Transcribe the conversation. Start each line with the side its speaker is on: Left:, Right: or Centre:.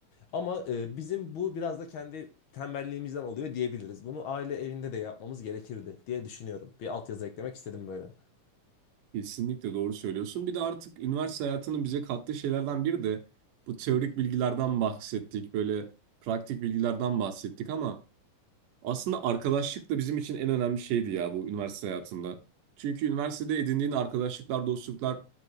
Left: Ama e, bizim bu biraz da kendi tembelliğimizden oluyor diyebiliriz. Bunu aile evinde de yapmamız gerekirdi diye düşünüyorum. Bir altyazı eklemek istedim böyle.
Right: Kesinlikle doğru söylüyorsun. Bir de artık üniversite hayatının bize kattığı şeylerden biri de bu teorik bilgilerden bahsettik, böyle praktik bilgilerden bahsettik ama aslında arkadaşlık da bizim için en önemli şeydi ya bu üniversite hayatında. Çünkü üniversitede edindiğin arkadaşlıklar, dostluklar